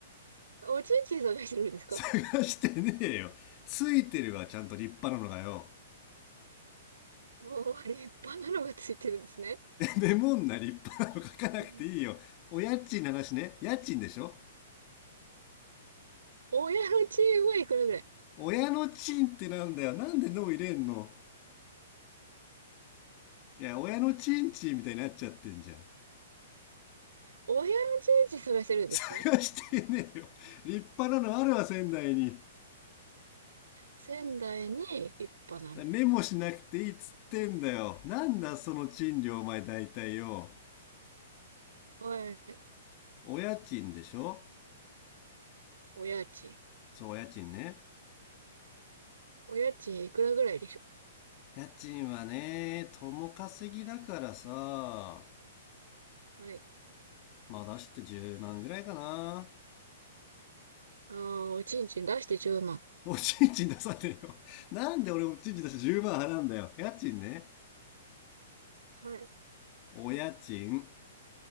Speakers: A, on the right; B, on the left.
A: おちんちん探してるんですか
B: 探してねえよ。ついてるわ、ちゃんと立派なのがよ。
A: もう、立派なのがついてるんですね。
B: メモんな立派なの書かなくていいよ。
A: うん
B: お家賃の話ね。家賃でしょ
A: 親のチームはいくらぐらい
B: 親のチンってなんだよ。なんで脳入れんのいや、親のチンチンみたいになっちゃってんじゃん。
A: 親の人事探してるんですか
B: 探してねえよ。立派なのあるわ、仙台に。
A: 仙台に一派な
B: メモしなくていいっつってんだよ。なんだその賃料お前大体よ。
A: の。はい。
B: お家賃でしょ
A: お家賃。
B: そう、お家賃ね。
A: お家賃いくらぐらいでしょ
B: 家賃はね、共稼ぎだからさ、
A: うはい。
B: まあ出して10万ぐらいかな。
A: ああ、おちんちん出して10万。
B: おちんちん出さねえよ。なんで俺おちんちん出して10万払うんだよ。家賃ね。
A: はい。
B: お家賃。